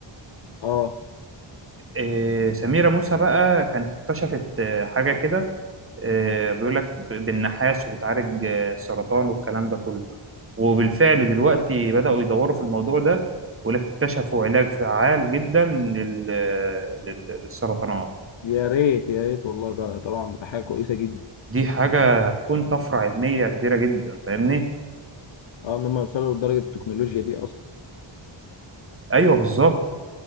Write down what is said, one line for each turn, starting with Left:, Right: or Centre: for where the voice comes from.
Left: اه
Right: آه، سميره موسى بقى كانت اكتشفت آه، حاجه كده آه، بيقول لك ب- بالنحاس وبتعالج آه، السرطان والكلام ده كله وبالفعل دلوقتي بدأوا يدوروا في الموضوع ده ولكن اكتشفوا علاج فعال جدا لل... لل... للسرطانات
Left: يا ريت يا ريت والله ده طبعا ده حاجه كويسه جدا
Right: دي حاجة هتكون طفرة علمية كبيرة جدا فاهمني؟
Left: اه ان هم يوصلوا لدرجه التكنولوجيا دي اصلا
Right: أيوه بالظبط